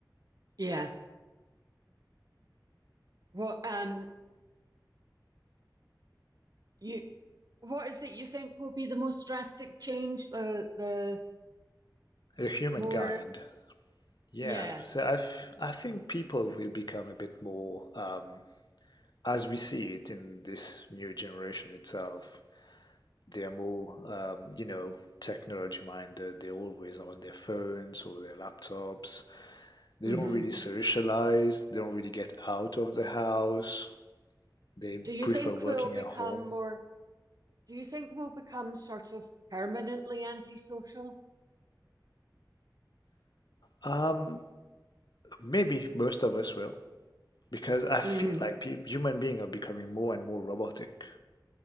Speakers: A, on the right (about 55°); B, on the left (about 70°).
A: Yeah. Well, um, you, what is it you think will be the most drastic change? The the
B: The humankind,
A: more,
B: yeah.
A: yeah.
B: So I've, I think people will become a bit more, um, as we see it in this new generation itself, they're more, um, you know, technology minded. They're always on their phones or their laptops. They
A: Mm-hmm.
B: don't really socialize. They don't really get out of the house. They
A: Do you
B: prefer
A: think
B: working
A: we'll become
B: at home.
A: more? Do you think we'll become sort of permanently antisocial?
B: Um, Maybe most of us will, because I feel
A: Mm,
B: like peop human beings are becoming more and more robotic.